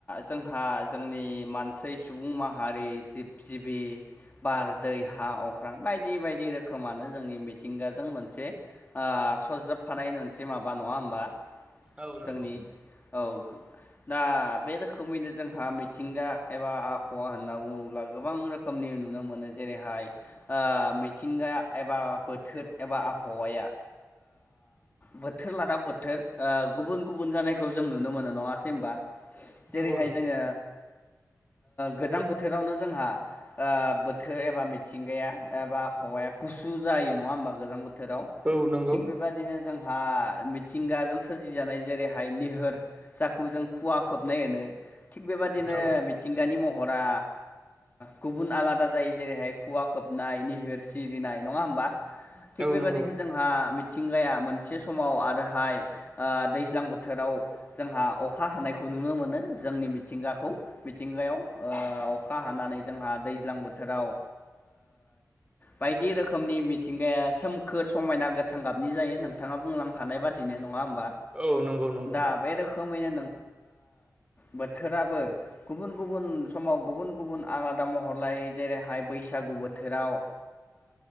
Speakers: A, on the left (about 30°); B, on the right (about 15°).
A: जों हा जोंनि मानसि सुबुं माहारि जिब-जिबि बार, दै, हा, अख्रां बायदि बायदि रोखोमानो जोंनि मि मिथिंगाजों मोनसे सरजाबफानाय मोनसे माबा नङा होमबा?
B: औ नंगौ
A: जोंनि औ दा बे रोखोमैनो जोंहा मिथिंगा एबा आबहावा होनना बुङोब्ला गोबां रोखोमनि नुनो मोनो। जेरैहाय मिथिंगाया एबा बोथोर एबा आबहावाया बोथोर लाना बोथोर गुबुन गुबुन जानायखौ जों नुनो मोनो नङासै होमबा। जेरैहाय
B: नंगौ नंगौ
A: जोङो गोजां बोथोरावनो जोंहा बोथोर एबा मिथिंगाया एबा हौवाया गुसु जायो। जायो नङा होनबा गोजां बोथोराव
B: औ नंगौ
A: थिक बेबायदिनो‌ जोंहा मिथिंगाजों सोरजिजानाय जेरैहाय निहोर जाखौ जों खुवा खोबनाय होनो थिग बेबादिनो
B: औ
A: मिथिंगानि महर रा गुबुन आलादा जायो जेरैहाय खुवा खोबनाय निहोर सिरिनाय नङा होमबा। थिग बिबादिनो
B: नंगौ
A: जोंहा मिथिंगाया मोनसे समाव आरोहाय दैज्लां बोथोराव जोंहा अखा हानायखौ नुनो मोनो जोंनि मिथिंगाखौ मिथिंगायाव। अखा हानानै जोंहा दैज्लां बोथोराव बायदि रोखोमनि मिथिंगाया सोमखोर समायना गोथां गाबनि जायो नोंथाङा बुंलांखानाय बादिनो नङा होमबा
B: औ नंगौ नंगौ
A: दा बे रोखोमैनो बोथोराबो गुबुन गुबुन समाव गुबुन गुबुन आबाद आदा महरलायै जेरैहाय बैसागु बोथोराव